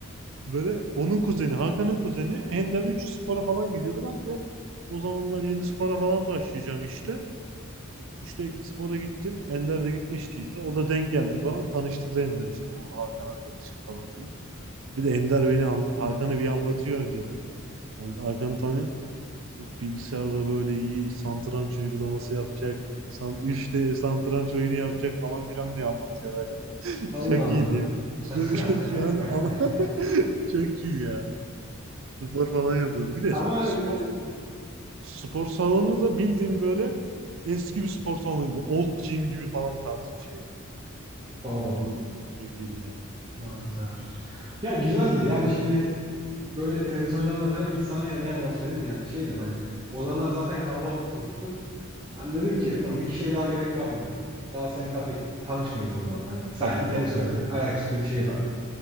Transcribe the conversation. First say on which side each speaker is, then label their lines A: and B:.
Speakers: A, on the right; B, on the right.
A: Böyle onun kuzeni, Hakan'ın kuzeni Ender 3 spora falan gidiyordu. Ben de o zamanlar yeni spora falan başlayacağım işte. İşte spora gittim. Ender de gitmişti işte. O da denk geldik falan. Tanıştı da Ender işte bu Hakan arkadaşım falan filan. Bir de Ender beni anla- Hakan'ı bir anlatıyor önceden. Sen Hakan'ı tanıyorsun. Yok bilgisayarda böyle iyi satranç uygulaması yapacak. San, 3D satranç oyunu yapacak falan filan diye anlatıyor böyle. <laughs>
B: Allah
A: Çok iyiydi ya. Şu,
B: Allah. <laughs>
A: <laughs> şu an an- <laughs> çok iyi ya. Spor falan yapıyordu. Bir de
B: Ama
A: spor
B: e,
A: spor salonu da bildiğim böyle eski bir spor salonu gibi. Old gym gibi falan tarz bir şeydi.
B: o
A: Hatırladım çok, çok iyiydi ya.
B: güzelmiş. Ya güzeldi yani şimdi böyle tenis oynanan falan ilk sana ya ne yalan söyleyeyim yani şeydim hani o zamanlar zaten kalabalık gruptuk. Hani dedim ki ulan bir kişiye daha gerek var mı? Daha seni tabii tanışmıyoruz o zaman. Hani sadece
A: Tabii
B: tenis
A: doğru
B: oynadık.
A: yani.
B: Ayaküstü bir şey var.